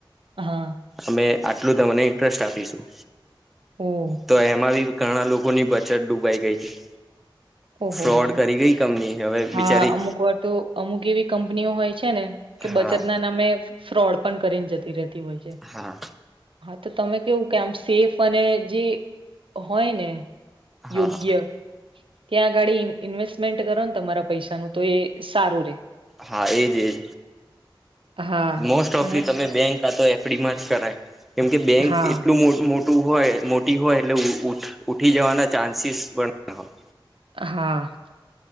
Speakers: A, on the right (about 85°); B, in the centre.
A: હા.
B: અમે આટલું તમને ઇન્ટરેસ્ટ આપીશું,
A: ઓહ
B: તો એમાં બી ઘણા લોકો ની બચત ડૂબાઈ ગઈ હતી.
A: ઓહો
B: ફ્રોડ
A: હો હો,
B: કરી ગઈ કંપની હવે
A: હા
B: બિચારી
A: અમુક વાર તો અમુક એવી કંપનીઓ હોય છે ને કે
B: હા
A: બચત ના નામે ફ્રોડ પણ કરીને જતી રહેતી હોય છે.
B: હા
A: હા તો તમે કેવું કે આમ સેફ અને જે હોય ને
B: હા
A: યોગ્ય ત્યાં અગાડી ઇન્વેસ્ટમેન્ટ કરો ન તમારા પૈસાનું તો એ સારું રે.
B: હા, એજ એજ.
A: હા
B: મોસ્ટ ઓફલી
A: અને
B: તમે બેંક કા તો એફડીમાં જ કરાય. કેમકે બેંક
A: હા
B: એટલું મો મો ટું હોય મોટી હોય એટલે ઉ ઉઠ ઉઠી જવાના ચાન્સીસ પણ ના હોય.
A: હા,